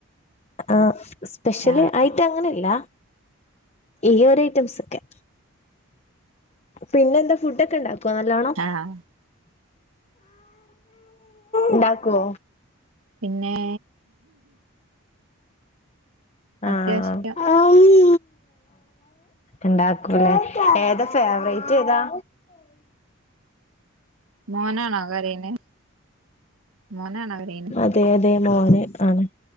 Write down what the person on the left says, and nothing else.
ആഹ് സ്പെഷ്യല്
ആയിട്ട് അങ്ങനെല്ല ഈ ഒരു ഐറ്റംസ് ഒക്കെ പിന്നെന്താ ഫുഡൊക്കെ ഇണ്ടാക്കുവോ നല്ലോണം
ഉണ്ടാക്കോ
ആഹ്
ഉണ്ടാക്കൂലെ ഏതാ ഫേവറേറ്റ് ഏതാ
അതെ അതെ മോന് ആണ്